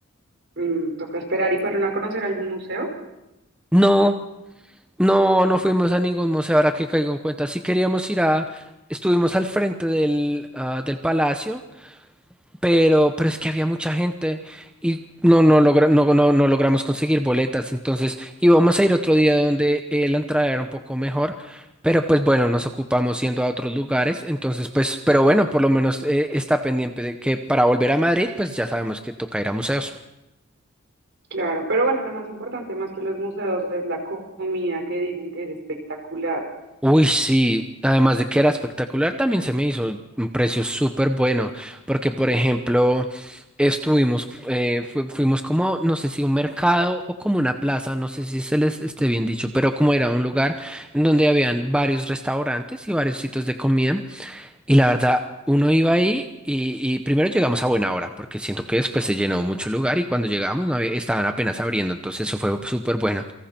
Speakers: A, on the right; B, in the centre.
A: Mm, toca esperar y fueron a conocer algún museo.
B: No, no, no fuimos a ningún museo, ahora que caigo en cuenta. Sí queríamos ir a, estuvimos al frente del, ah, del palacio. pero, pero es que había mucha gente y no, no, logra- no, no, no logramos conseguir boletas. Entonces íbamos a ir otro día donde eh, la entrada era un poco mejor, pero pues bueno, nos ocupamos yendo a otros lugares. Entonces, pues, pero bueno, por lo menos eh, está pendiente de que para volver a Madrid, pues ya sabemos que toca ir a museos.
A: Claro, pero bueno, lo más importante más que los museos es la co- comida que dicen que es espectacular.
B: Uy, sí, además de que era espectacular, también se me hizo un precio súper bueno, porque por ejemplo, estuvimos, eh, fu- fuimos como, no sé si un mercado o como una plaza, no sé si se les esté bien dicho, pero como era un lugar en donde habían varios restaurantes y varios sitios de comida. Y la verdad, uno iba ahí y, y primero llegamos a buena hora, porque siento que después se llenó mucho lugar y cuando llegamos no había- estaban apenas abriendo, entonces eso fue súper bueno.